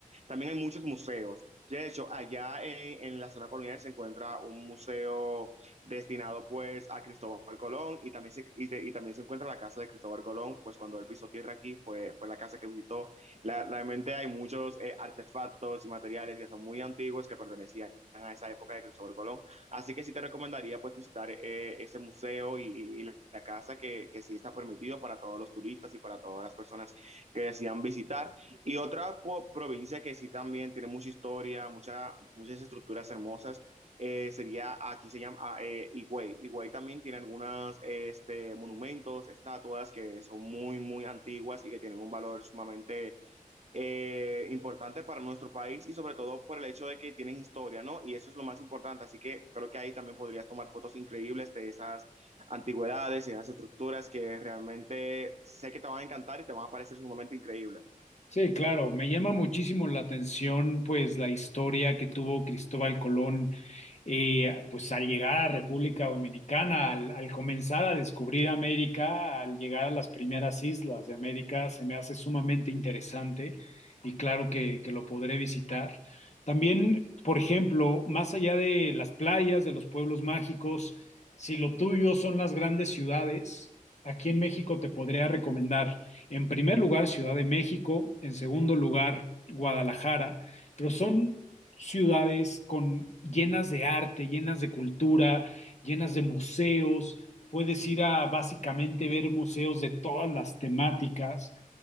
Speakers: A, on the right; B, on the left.
A: También hay muchos museos. De hecho, allá en, en, la zona colonial se encuentra un museo destinado pues a Cristóbal Colón y también se, y, se, y también se encuentra la casa de Cristóbal Colón, pues cuando él pisó tierra aquí fue, fue la casa que visitó. La, realmente hay muchos eh, artefactos y materiales que son muy antiguos que pertenecían a esa época de Cristóbal Colón. Así que sí te recomendaría pues visitar eh, ese museo y, y, la casa que, que sí está permitido para todos los turistas y para todas las personas que desean visitar. Y otra po- provincia que sí también tiene mucha historia, mucha, muchas estructuras hermosas, eh, sería, aquí se llama ah, eh, Higüey. Higüey también tiene algunos este, monumentos, estatuas que son muy, muy antiguas y que tienen un valor sumamente eh, importante para nuestro país y sobre todo por el hecho de que tienen historia, ¿no? Y eso es lo más importante. Así que creo que ahí también podrías tomar fotos increíbles de esas antigüedades y esas estructuras que realmente sé que te van a encantar y te van a parecer sumamente increíbles.
B: Sí, claro, me llama muchísimo la atención pues la historia que tuvo Cristóbal Colón eh, pues al llegar a República Dominicana, al, al comenzar a descubrir América, al llegar a las primeras islas de América, se me hace sumamente interesante y claro que, que lo podré visitar. También, por ejemplo, más allá de las playas, de los pueblos mágicos, si lo tuyo son las grandes ciudades, aquí en México te podría recomendar. En primer lugar, Ciudad de México, en segundo lugar, Guadalajara, pero son ciudades con, llenas de arte, llenas de cultura, llenas de museos. Puedes ir a básicamente ver museos de todas las temáticas